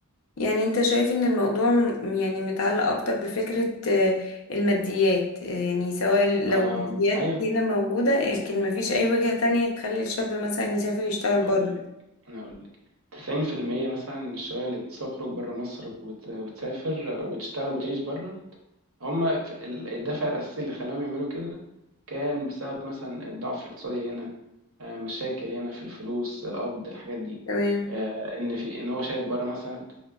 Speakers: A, on the left; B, on the right.
A: يعني أنت شايف إن الموضوع م- يعني متعلق أكتر بفكرة آه، الماديات آه، يعني سواء
B: آه،
A: لو الماديات
B: ايوه
A: هنا موجودة لكن مفيش أي وجهة تانية تخلي الشاب مثلا يسافر يشتغل
B: هقول
A: بره
B: لك انا هقول لك 90% مثلا من الشباب اللي بتخرج بره مصر وت- وتسافر وتشتغل وتعيش بره هم الدافع الاساسي اللي خلاهم يعملوا كده كان بسبب مثلا الضعف الاقتصادي هنا آه، مشاكل هنا في الفلوس القبض الحاجات دي
A: تمام
B: آه، ان في ان هو شايف بره مثلا